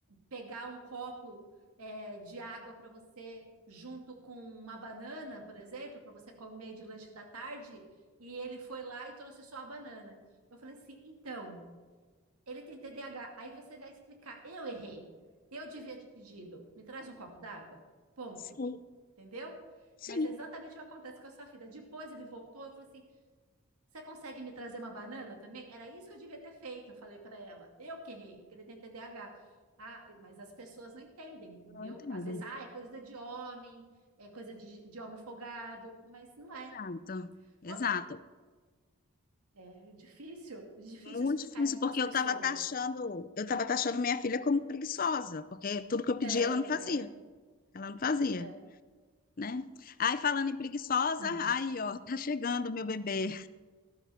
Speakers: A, on the right; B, on the left.
A: pegar um copo é, de água para você junto com uma banana, por exemplo, para você comer de lanche da tarde, e ele foi lá e trouxe só a banana. Eu falei assim, então, ele tem TDAH. Aí você vai explicar, eu errei, eu devia ter pedido, me traz um copo d'água, ponto
B: Sim,
A: entendeu?
B: sim.
A: Mas é exatamente o que acontece com a sua filha. Depois ele voltou, eu falei assim: você consegue me trazer uma banana também? Era isso que eu devia ter feito, eu falei para ela. Eu que errei, porque ele tem T D A H. Ah, mas as pessoas não entendem, entendeu?
B: Não entendo.
A: Às vezes, ah, é coisa de homem, é coisa de, de homem folgado, mas não é.
B: Exato, exato.
A: Quando, é difícil, difícil
B: Muito
A: explicar
B: difícil,
A: isso
B: porque
A: para as pessoas.
B: eu estava taxando, eu estava taxando minha filha como preguiçosa, porque tudo que eu pedi
A: É,
B: ela não fazia,
A: é,
B: ela não fazia,
A: é.
B: né? Aí falando em preguiçosa,
A: É.
B: aí ó, tá chegando meu bebê,